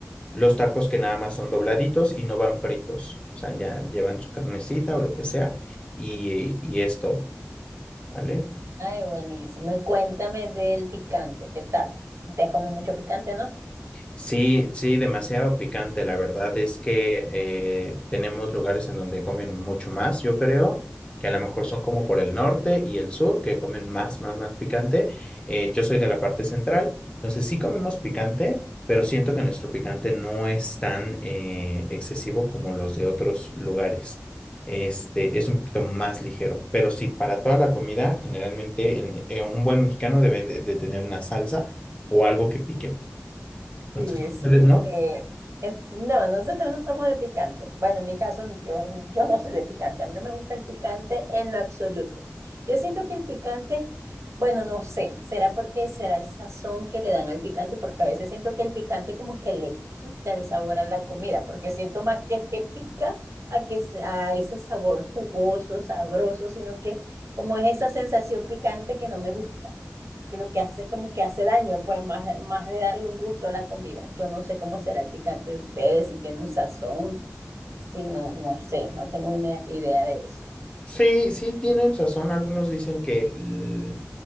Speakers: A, on the left; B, on the right.
A: los tacos que nada más son dobladitos y no van fritos. O sea, ya llevan su carnecita o lo que sea y, y es todo, ¿vale?
B: Ay, buenísimo. Y cuéntame del picante, ¿qué tal? Ustedes comen mucho picante, ¿no?
A: Sí, sí, demasiado picante. La verdad es que eh, tenemos lugares en donde comen mucho más, yo creo, que a lo mejor son como por el norte y el sur, que comen más, más, más picante. Eh, yo soy de la parte central, entonces sí comemos picante, pero siento que nuestro picante no es tan eh, excesivo como los de otros lugares. Este es un poquito más ligero, pero sí, para toda la comida, generalmente el- eh, un buen mexicano debe de de tener una salsa o algo que pique. Entonces,
B: Sí, sí,
A: ustedes no.
B: porque es, no, nosotros no somos de picante. Bueno, en mi caso, yo, yo no soy de picante. A mí no me gusta el picante en lo absoluto. Yo siento que el picante, bueno, no sé, será porque será el sazón que le dan al picante, porque a veces siento que el picante como que le quita el sabor a la comida, porque siento más que es que pica a que se- a ese sabor jugoso, sabroso, sino que como es esa sensación picante que no me gusta que lo que hace es como que hace daño, pues más, más de darle un gusto a la comida. Yo no sé cómo será el picante de ustedes, si tiene un sazón, si no, no sé, no tengo ine- idea de eso.
A: Sí, sí, tienen razón. Algunos dicen que, l-